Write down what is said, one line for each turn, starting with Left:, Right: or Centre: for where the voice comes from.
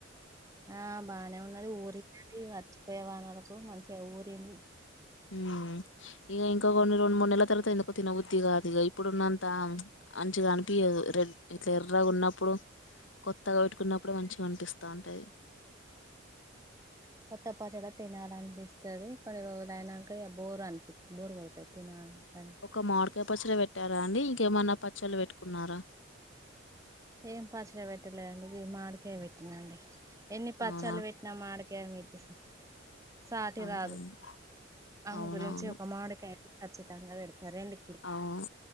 Right: ఆ బానే ఉన్నది ఊరిందండి వచ్చిపోయే వానలకు మంచిగా ఊరింది
Left: హ్మ్ ఇగ ఇంక కొన్ని రెండు మూడు నెలల తర్వాత ఎందుకో తినబుద్ధి కాదు ఇగ ఇప్పుడున్నంత అంచిగ అ నిపియదు రెడ్ ఇట్ల ఎర్రగున్నపుడు కొత్తగా పెట్టుకున్నప్పుడు మంచిగా అనిపిస్త ఉంటుది
Right: కొత్త పచ్చడి తినాలి అనిపిస్తుది కొన్ని రోజు అయినాక బోర్ అనిపి బోర్ కొడుతది తినాలని
Left: ఒక మామిడి కాయ్ పచ్చడి పెట్టారా అండి ఇంకేమన్నా పచ్చళ్ళు పెట్టుకున్నారా
Right: ఏం పచ్చడి పెట్టలేదండి మాడికాయ పెట్టిన అండి ఎన్ని పచ్చలు
Left: అవునా
Right: పెట్టినా మాడికాయ <unintelligible> సాటి
Left: అంతే
Right: రాదు
Left: అండి.
Right: అందు
Left: అవునవును
Right: గురించి ఒక మాడిక ఖచ్చితంగా పెడతారండి
Left: అవును